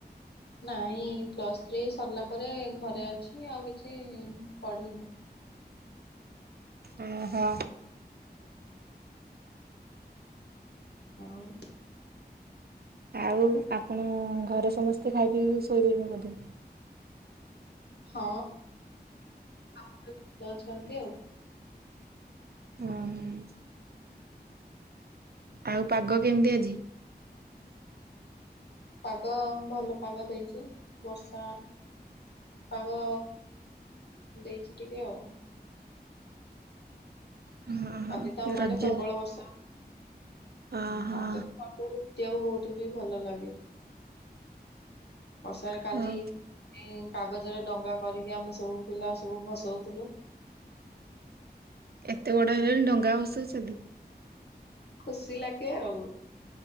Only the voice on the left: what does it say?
ନାଇଁ ପ୍ଲସ୍ ଥ୍ରୀ ସରିଲା ପରେ ଘରେ ଅଛି ଆଉ କିଛି ପଢ଼ିନି।
ଆଉ
ହଁ ଖାଇ ପିଇ ଅଛନ୍ତି ଆଉ।
ପାଗ ଭଲ ପାଗ ଦେଇଚି, ବର୍ଷା ପାଗ ଦେଇଚି ଟିକେ ଆଉ।
କାଲିି ତ ଆମ
ଆଡ଼େ ପ୍ରବଳ ବର୍ଷା।
ଅମ୍ ମତେ ପାଗରେ ଦେଖିବାକୁ ବହୁତ ବି ଭଲ ଲାଗେ। ବର୍ଷାରେ କାଲି
ମୁଁ କାଗଜରେ ଡଙ୍ଗା କରିକି ଆମେ ସବୁ ପିଲା ସବୁ ଭସଉଥିଲୁ।
ଖୁସି ଲାଗେ ଆଉ।